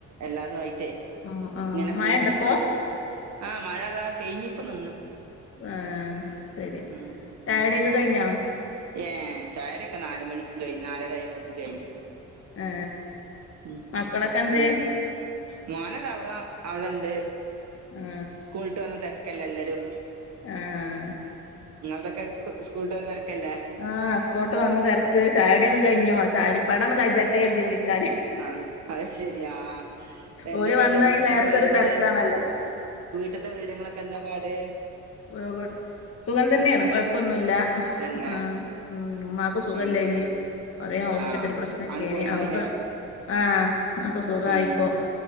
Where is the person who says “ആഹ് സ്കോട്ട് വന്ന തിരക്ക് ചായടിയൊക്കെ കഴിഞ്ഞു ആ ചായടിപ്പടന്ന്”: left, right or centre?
Left